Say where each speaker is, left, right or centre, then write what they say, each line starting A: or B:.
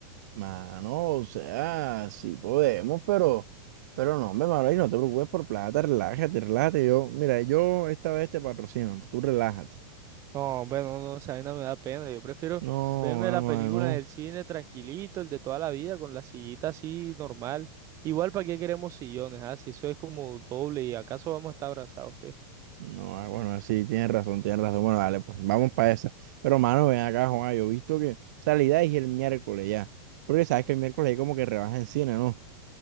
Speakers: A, on the right (about 50°); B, on the right (about 25°).
A: Mano, o sea, sí podemos, pero, pero no, hombre, mano, y no te preocupes por plata, relájate, relájate. Yo, mira, yo esta vez te patrocino, tú relájate.
B: No, bueno, no, no, esa vaina me da pena. Yo prefiero
A: No,
B: verme
A: ah,
B: la
A: mano,
B: película en el cine tranquilito, el de toda la vida, con la sillita así normal. Igual, ¿para qué queremos sillones? Ah, si eso es como doble y acaso vamos a estar abrazados, ¿qué?
A: no, ah, bueno, ah, sí, tienes razón, tienes razón. Bueno, dale, pues vamos para esa. Pero, mano, ven acá, Juan, yo he visto que, o sea, la idea es ir el miércoles ya, porque sabes que el miércoles hay como que rebaja en cine, ¿no?